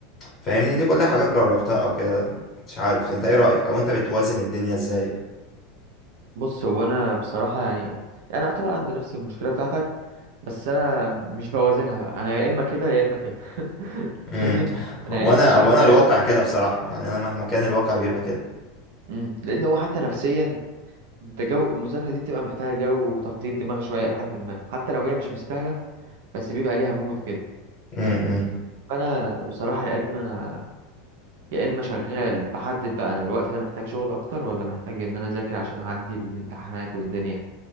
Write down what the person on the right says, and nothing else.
بص هو انا بصراحه يعني يعني اعتبر عندي نفس المشكله بتاعتك بس انا مش بوازنها بقى انا يا اما كده يا اما كده <laughs>
فاهمني
انا يا اما
شغال
مم. لان هو حتى نفسيا انت جو المذاكره دي بتبقى محتاجه جو وتفضيل دماغ شويه لحد ما حتى لو هي مش مستاهله بس بيبقى ليها مود كده
فاهمني فانا بصراحه يا اما يا اما شغال بحدد بقى انا الوقت ده محتاج شغل اكتر ولا محتاج ان انا اذاكر عشان اعدي الامتحانات والدنيا